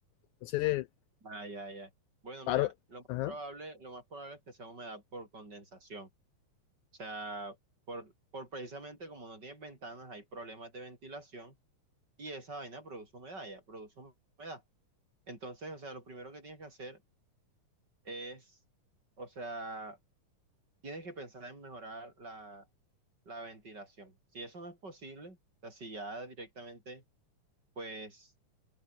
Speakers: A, on the left; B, on the right.
A: Entonces
B: Ah, ya, ya. Bueno, mira,
A: paro,
B: lo más
A: ajá.
B: probable, lo más probable es que sea humedad por condensación. O sea, por, por precisamente como no tienes ventanas, hay problemas de ventilación y esa vaina produce humedad, ya, produce humedad. Entonces, o sea, lo primero que tienes que hacer es, o sea, tienes que pensar en mejorar la, la ventilación. Si eso no es posible, o sea, si ya directamente, pues,